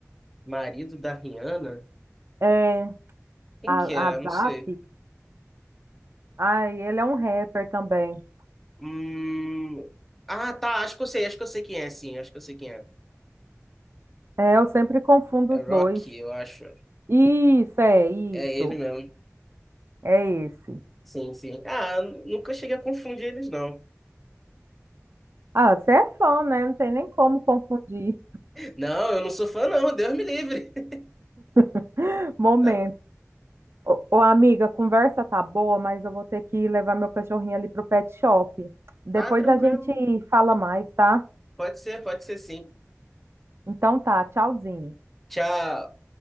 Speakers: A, in the centre; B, on the right.
A: Marido da Rihanna?
B: É,
A: Quem
B: a,
A: que é?
B: a Zap.
A: Não sei.
B: Ai, ele é um rapper também.
A: Hum... Ah, tá. Acho que eu sei. Acho que eu sei quem é, sim. Acho que eu sei quem é.
B: É, eu sempre confundo
A: É
B: os
A: Rock,
B: dois.
A: eu acho.
B: Isso, é isso.
A: É ele mesmo.
B: É esse.
A: Sim, sim. Ah, nunca cheguei a confundir eles, não.
B: Ah, você é fã, né? Não tem nem como confundir.
A: Não, eu não sou fã, não. Deus me livre. <laughs>
B: <laughs> Momento.
A: Tá,
B: Ô, ô, amiga, a conversa tá boa, mas eu vou ter que levar meu cachorrinho ali pro pet shop. Depois
A: tá tranquilo.
B: a gente fala mais, tá?
A: Pode ser, pode ser sim.
B: Então tá, tchauzinho.
A: Tchau.